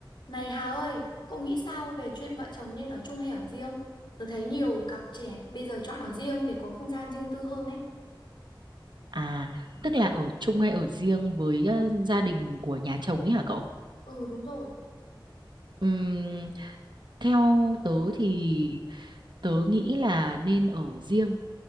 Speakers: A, on the left; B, on the right.
A: Này Hà ơi, cậu nghĩ sao về chuyện vợ chồng nên ở chung hay ở riêng? Tớ thấy nhiều cặp trẻ bây giờ chọn ở riêng để có không gian riêng tư hơn ấy.
B: À, tức là ở chung hay ở riêng với ờ, gia đình của nhà chồng ấy hả cậu?
A: Ừ đúng rồi.
B: Ừm, theo tớ thì tớ nghĩ là nên ở riêng